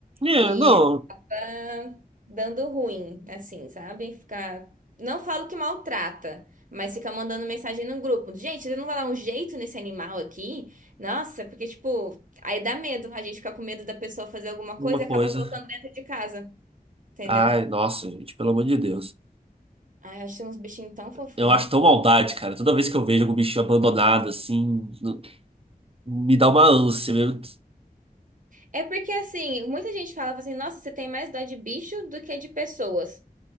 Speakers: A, on the right; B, on the right.
A: É,
B: E
A: não,
B: tá dando ruim, assim, sabe? Ficar. Não falo que maltrata, mas fica mandando mensagem no grupo. Gente, você não vai dar um jeito nesse animal aqui? Nossa, porque, tipo, aí dá medo. A gente fica com medo da pessoa fazer alguma
A: uma
B: coisa e
A: coisa.
B: acaba colocando dentro de casa, entendeu?
A: Ai, nossa, gente, pelo amor de Deus.
B: Ai, acho uns bichinhos tão fofinhos.
A: Eu acho tão maldade, cara. Toda vez que eu vejo algum bichinho abandonado, assim, no- me dá uma ânsia mesmo.
B: É porque, assim, muita gente fala assim, nossa, você tem mais dó de bicho do que de pessoas.